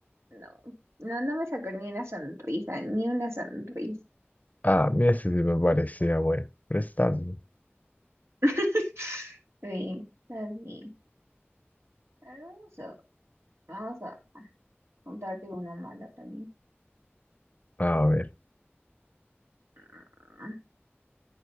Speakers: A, on the right; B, on the left.
A: No, no, no me sacó ni una sonrisa, ni una sonrisa.
B: Ah, mira, ese sí me parecía bueno. Pero está bien.
A: <laughs> Sí, está bien. A ver, vamos a, vamos a contarte una mala también.
B: A ver,
A: Ah,